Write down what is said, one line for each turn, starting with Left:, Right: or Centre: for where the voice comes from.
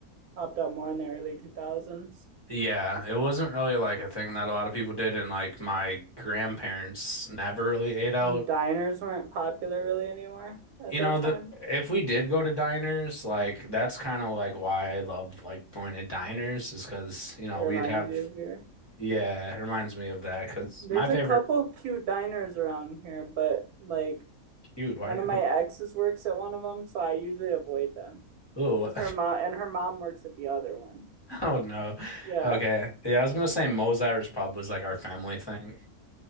Right: Popped up more in the early two thousands.
Left: yeah, it wasn't really like a thing that a lot of people did and like my grandparents never really ate out.
Right: And diners weren't popular really anymore at
Left: You
Right: that
Left: know,
Right: time.
Left: the if we did go to diners, like that's kind of like why I love like going to diners is because you know,
Right: It reminds
Left: we'd have
Right: you of your.
Left: yeah, it reminds me of that. Cause
Right: There's
Left: my favorite
Right: a couple cute diners around here, but like
Left: cute,
Right: one
Left: why do you
Right: of
Left: okay.
Right: my exes works at one of them, so I usually avoid them.
Left: Ooh,
Right: Because her mom and her mom works at the other one.
Left: <laughs> Oh no.
Right: Yeah.
Left: Okay. Yeah, I was gonna say Moe's Irish Pub was like our family thing.